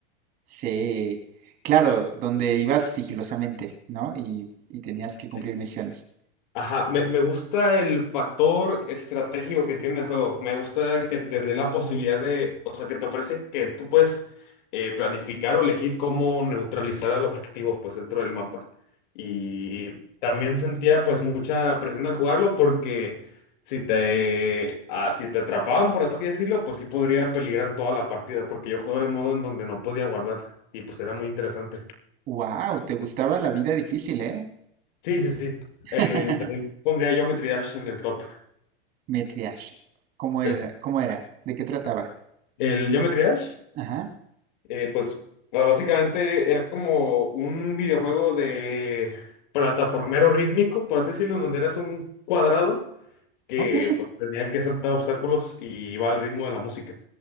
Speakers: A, on the right; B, on the left.
A: sí, claro, donde ibas sigilosamente, ¿no? Y, y tenías que
B: sí
A: cumplir misiones.
B: Ajá, me, me gusta el factor estratégico que tiene el juego. Me gusta que te dé la posibilidad de, o sea, que te ofrece que tú puedes eh, planificar o elegir cómo neutralizar al objetivo, pues, dentro del mapa. Y también sentía, pues, mucha presión al jugarlo porque si te, ah, si te atrapaban, por así decirlo, pues sí podría peligrar toda la partida porque yo jugaba de modo en donde no podía guardar y pues era muy interesante.
A: Wow, te gustaba la vida difícil, ¿eh?
B: Sí, sí, sí.
A: <laughs>
B: Eh, también pondría yo Dash en el top.
A: Metriash, ¿cómo
B: Sí.
A: era? ¿Cómo era? ¿De qué trataba?
B: El Geometry Dash,
A: Ajá,
B: eh, pues ah, básicamente era como un videojuego de plataformero rítmico, por así decirlo, donde eras un cuadrado que
A: ok.
B: pues, tenía que saltar obstáculos y iba al ritmo de la música.